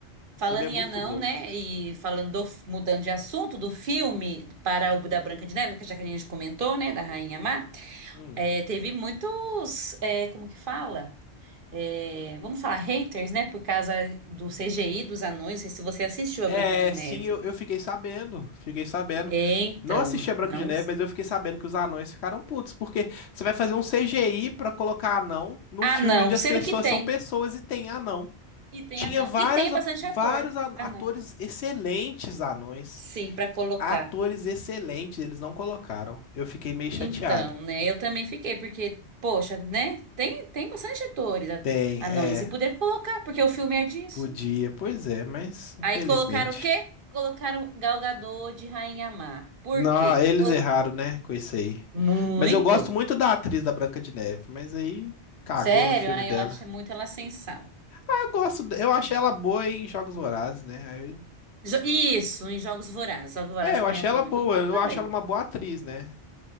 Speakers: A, on the right; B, on the left.
A: Falando
B: Ele é
A: em
B: muito
A: anão,
B: bom.
A: né? E falando do- mudando de assunto do filme para o da Branca de Neve, que já que a gente comentou, né? Da Rainha Má,
B: Hum.
A: é, teve muitos, é, como que fala? É, vamos falar haters, né? Por causa do CGI dos anões. Não sei se você assistiu a
B: É,
A: Branca de Neve.
B: sim, eu, eu fiquei sabendo. Fiquei sabendo.
A: É, Então,
B: Não assisti a Branca
A: não.
B: de Neve, mas eu fiquei sabendo que os anões ficaram putos, porque você vai fazer um CGI pra colocar anão num
A: Ah,
B: filme
A: não.
B: onde as
A: Sendo
B: pessoas
A: que tem.
B: são pessoas e tem anão.
A: E tem
B: Tinha
A: anão.
B: várias,
A: E tem bastante
B: vários
A: ator.
B: a-
A: Ah,
B: atores
A: não.
B: excelentes anões.
A: Sim, para colocar.
B: Atores excelentes, eles não colocaram. Eu fiquei meio
A: Então,
B: chateado.
A: né? Eu também fiquei, porque, poxa, né? Tem, tem bastante atores a-
B: Tem,
A: anões
B: é,
A: e poder colocar, porque o filme é disso.
B: podia, pois é, mas infelizmente.
A: Aí colocaram o quê? Colocaram Gal Gadot de Rainha Má. Por
B: Não,
A: quê?
B: eles
A: Colo-
B: erraram, né? Com isso aí.
A: Muito.
B: Mas eu gosto muito da atriz da Branca de Neve, mas aí cagou
A: Sério?
B: no filme
A: Aí
B: dela.
A: eu acho muito ela sem sal.
B: Eu gosto, de- eu achei ela boa em Jogos Vorazes, né? Aí eu-
A: Jo- Isso, em Jogos Vorazes. Jogos Vorazes
B: é, eu
A: também
B: achei
A: é um filme
B: ela boa,
A: muito bom
B: eu
A: também.
B: acho ela uma boa atriz, né?